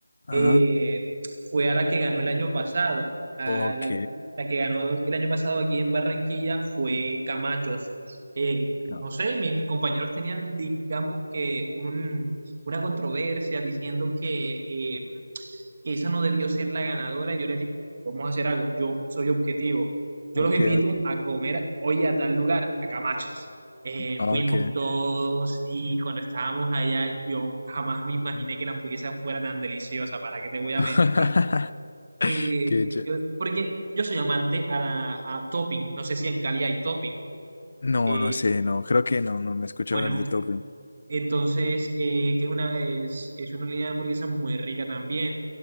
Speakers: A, on the left (about 45°); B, on the right (about 35°).
A: Ajá.
B: eh, fue a la que ganó el año pasado. A
A: Ok.
B: la, la que ganó el año pasado aquí en Barranquilla fue Camachos. Eh, no
A: No.
B: sé, mis compañeros tenían, digamos que un, una controversia diciendo que, eh, que esa no debió ser la ganadora. Yo les dije, vamos a hacer algo, yo soy objetivo. Yo
A: Ok,
B: los invito
A: ok.
B: a comer hoy a tal lugar, a Camachos. Eh,
A: Ok.
B: fuimos todos y cuando estábamos allá yo jamás me imaginé
A: Mm.
B: que la hamburguesa fuera tan deliciosa, ¿para qué te voy a
A: <laughs>
B: mentir? Eh,
A: Qué ché-
B: yo- porque yo soy amante a, la, a topping, no sé si en Cali hay topping.
A: No,
B: Eh,
A: no sé, no, creo que no, no me escuché
B: bueno,
A: hablar de Top Gun.
B: Entonces, eh, que es una, es, es una línea de hamburguesa muy rica también.